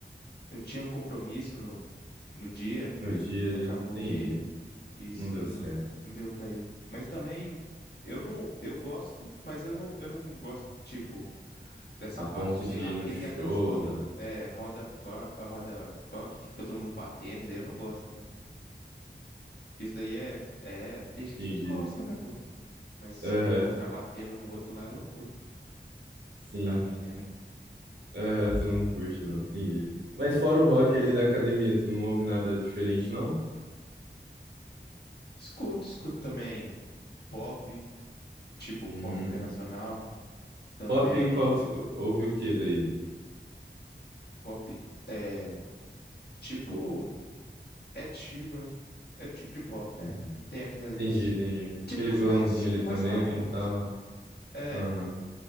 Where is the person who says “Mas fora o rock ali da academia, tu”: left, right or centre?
Right